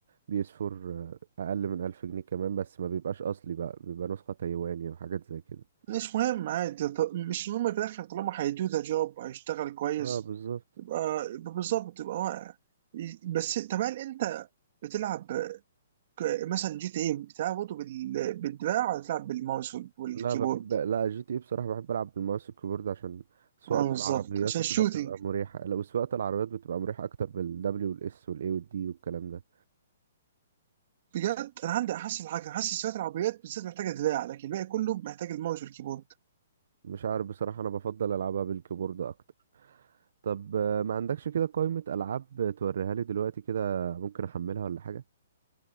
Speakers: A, on the right; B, on the right.
A: بي اس 4 اقل من 1000 جنيه كمان بس ما بيبقاش اصلي بقى بيبقى نسخه تايواني وحاجات زي كده
B: مش مهم عادي ط- مش مهم في الاخر طالما هيدو ذا جوب هيشتغل كويس
A: اه بالظبط
B: يبقى يبقى بالظبط يبقى واقع ي- بس طب هل انت بتلعب ك- مثلا جي تي ايه بتلعب برضه بال- بالدراع ولا تلعب بالماوس وال- والكيبورد
A: لا بحب لا جي تي اي بصراحه بحب العب بالماوس والكيبورد عشان سواقه
B: اه بالظبط
A: العربيات
B: عشان
A: وكده
B: الشوتينج
A: بتبقى مريحه لو سواقه العربيات بتبقى مريحه اكتر بالدبليو والاس والاي والدي والكلام ده
B: بجد انا عندي احسن حاجه حاسس شويه العربيات بالذات محتاجه دراع لكن الباقي كله محتاج الماوس والكيبورد
A: مش عارف بصراحه انا بفضل العبها بالكيبورد اكتر طب آه، ما عندكش كده قائمة ألعاب توريها لي دلوقتي كده ممكن أحملها ولا حاجة